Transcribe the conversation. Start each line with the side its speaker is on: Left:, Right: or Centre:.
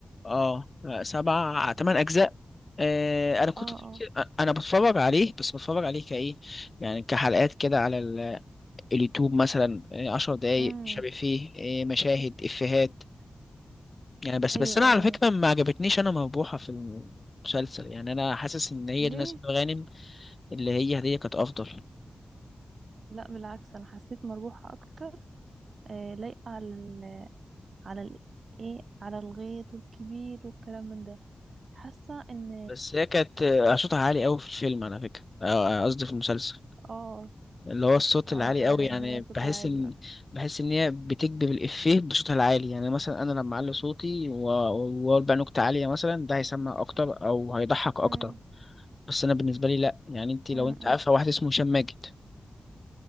Left: اه سبع تمن اجزاء آه انا كنت
Right: اه اه
Left: انا بتفرج عليه بس بتفرج عليه كايه يعني كحلقات كده على ال- اليوتيوب مثلا آه، عشر دقايق
Right: امم
Left: مش عارف فيه آه مشاهد افيهات يعني بس
Right: ايوه
Left: بس انا
Right: ايوه
Left: على فكره ما عجبتنيش انا مربوحه في المسلسل يعني انا حاسس ان هي دي
Right: ليه
Left: ناس غانم اللي هي هديه كانت افضل
Right: لا بالعكس انا حسيت مربوحه اكتر آه لايقه على ال على ال ايه على الغيط والكبير والكلام من ده حاسه ان
Left: بس هي كانت آه، صوتها عالي قوي في الفيلم على فكره آه، آه، قصدي في المسلسل
Right: اه
Left: اللي هو الصوت
Right: اه
Left: العالي
Right: فعلا
Left: قوي يعني
Right: هي صوتها
Left: بحس
Right: عالي
Left: ان بحس ان هي بتكذب الافيه بصوتها العالي يعني مثلا انا لما اعلي صوتي و- واقول بقى نكته عاليه مثلا ده هيسمع اكتر او هيضحك
Right: امم
Left: اكتر بس انا بالنسبه لي لا يعني انت
Right: امم
Left: لو انت عارفه واحد اسمه هشام ماجد